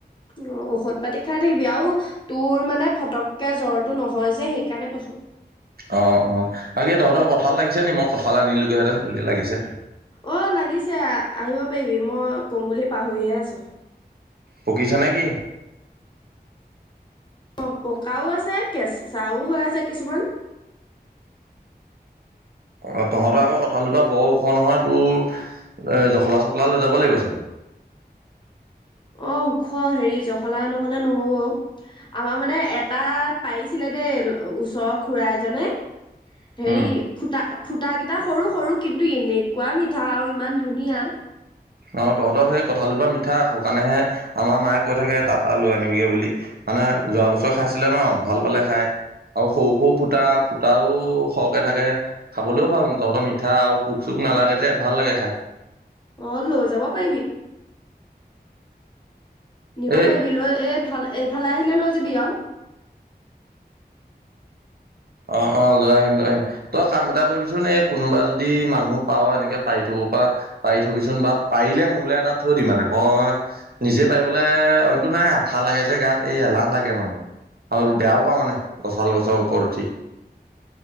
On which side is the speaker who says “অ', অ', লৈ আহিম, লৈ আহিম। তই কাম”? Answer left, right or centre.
Right